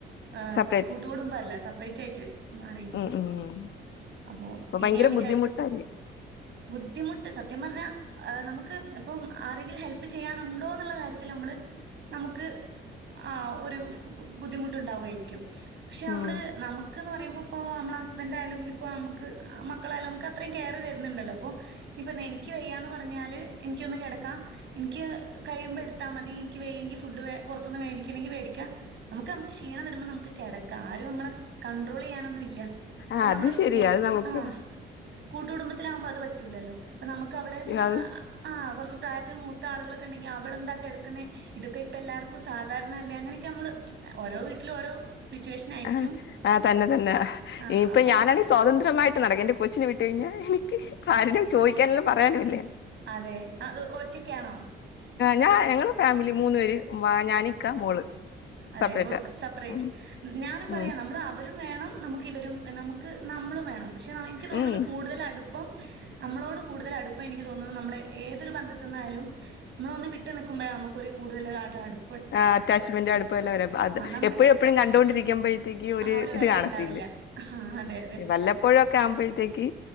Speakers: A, on the right; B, on the left.
A: ആഹ്
B: സെപ്പറേറ്റ്
A: കൂട്ടുകൂടുമ്പോ അല്ല, സെപ്പറേറ്റ് ആയിട്ട് മാറിയിരിക്ക.
B: ഉം ഉം
A: അപ്പോ
B: അപ്പൊ ഭയങ്കര
A: ഞാൻ വിചാരി
B: ബുദ്ധിമുട്ടായിരിക്കും
A: ബുദ്ധിമുട്ട് സത്യം പറഞ്ഞ... ആ നമുക്ക് ഇപ്പം, ആരെങ്കിലും ഹെല്പ്പ് ചെയ്യാനുണ്ടോ എന്നുള്ള കാര്യത്തിൽ നമ്മള്... നമുക്ക് ആ ഒരു ബുദ്ധിമുട്ടുണ്ടാവുമായിരിക്കും പക്ഷെ നമ്മ്ള്
B: ഉം
A: നമ്മുക്ക്ന്ന് പറയ്പോ ഇപ്പോ നമ്മ്ള ഹസ്‌ബെൻ്റായാലും ഇപ്പോ നമുക്ക്, മക്കളായാലും നമുക്ക് അത്രയും കെയർ തരുന്നുണ്ടല്ലോ. അപ്പോ ഇനിയിപ്പോ നിക്ക് വെയ്യാന്ന് പറഞ്ഞാല് ഇനിക്കൊന്നു കെടെക്കാ, എനിക്ക് കഴിയുമ്പോ എടുത്താലമതി, എനിക്ക് വെയ്യെങ്കി ഫുഡ് പൊറത്തുന്ന് വെടിക്കണെങ്കിൽ മേടിക്ക നമക്ക് നമക്ക് ക്ഷീണം വരുമ്പോ നമക്ക് കിടക്കാം ആരും നമ്മളെ കണ്ട്രോൾ ചെയ്യാനൊന്നും ഇല്ല ഇപ്പൊ
B: ആ
A: നമ്മളരു
B: അത് ശരിയാ
A: കൂ
B: അത് നമുക്ക്
A: ആ കൂട്ടുടുംബത്തില ആകുമ്പോ അത് പറ്റൂലല്ലോ അപ്പൊ നമക്ക് അവിടെ
B: അത്
A: ആ കൊറച്ചു പ്രായത്തിന് മൂത്ത ആളുകളൊക്കെ ണ്ടെങ്കിൽ അവളെന്താ കിടക്കുന്നെ ഇപ്പ എല്ലാർക്കും സാധാരണ അല്ലേ അങ്ങനെയൊക്കെ നമ്മള് ഓരോ വീട്ടിൽ ഓരോ സിറ്റുവേഷനായിരിക്കും.
B: ആ ആഹ് തന്നെ തന്നെ
A: ആഹ്
B: ഇനിയിപ്പൊ
A: അപ്പം
B: ഞാനാണെങ്കി സ്വാതന്ത്രമായി ട്ട് നടക്കാ ന്റെ കൊച്ചിന് വിട്ട് കഴിഞ്ഞാൽ എനിക്ക് ആരുടെ ചോയിക്കാനുല്ല പറയാനുല്ല
A: അതെ അത് ഒറ്റക്കാണോ
B: ഞാൻ ഞങ്ങളെ ഫാമിലി മൂന്ന് പേര് വാ ഞാന് ഇക്ക മോള്
A: അതെ
B: സെപ്പറേറ്റാ
A: ഉ സപ്പറേറ്റ്
B: ഉം
A: ഞാനും പറയാ
B: ഉം
A: നമ്മൾ അവരും വേ വേണം നമുക്ക് ഇവരും നമുക്ക് നമ്മളും വേണം പക്ഷേ എനിക്ക് തോന്നുന്നു
B: ഉം
A: കൂടുതൽ അടുപ്പം നമ്മളോട് കൂടുതൽ അടുപ്പം എനിക്ക് തോന്നുന്നത് നമ്മുടെ ഏതൊരു ബന്ധ തന്ന് അയാലും നമ്മള ഒന്ന് വിട്ട് നിക്കുമ്പഴാ നമുക്ക് ഓര് കൂടുതല് അടു അടു
B: ആ അറ്റാച്മെന്റ്‌ അടുപ്പ എല്ലാവരുംഅത്
A: നമ്മള്
B: എപ്പൊഴും എപ്പൊഴും കണ്ടോണ്ടിരിക്കുമ്പോഴെ <unintelligible> ക്കി ഒരു
A: ആ
B: ഇത്
A: വെലയുണ്ടാവില്ല
B: കാണത്തില്ല
A: ആ അതെ
B: വല്ലപ്പോഴൊക്കെ ആവുമ്പോഴത്തേക്ക്